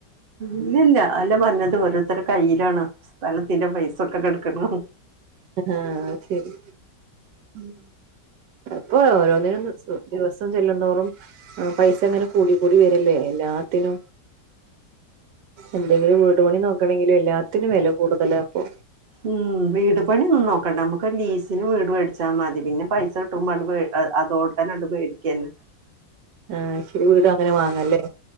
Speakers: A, on the right; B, on the right.
A: ഇല്ല ഇല്ല അല്ല പറഞ്ഞത് ഓരോരുത്തരുടെ കയ്യിലാണ് സ്ഥലത്തിന്റെ പൈസൊക്കെ കിടക്കണ്
B: ആഹ് ശരി മ്മ് അപ്പൊ ഓരോന്നിനും സ് ദിവസം സം ചെല്ലുന്നോറും പൈസങ്ങനെ കൂടി കൂടി വരില്ലേ എല്ലാത്തിനും എന്തെങ്കിലും വീട് പണി നോക്കണെങ്കിൽ എല്ലാത്തിനും വില കൂടുതലാപ്പൊ
A: ഉം വീട് പണിയൊന്നും നോക്കണ്ട നമുക്ക് ലീസിന് വീട് മേടിച്ചാൽ മതി പിന്നെ പൈസ ട്ടുമണ്ട് അത് അതോടക്കാനാണ്ട് മേടിക്കന്നെ
B: ആഹ് ഇച്ചിരി വീട് അങ്ങനെ വാങ്ങല്ലേ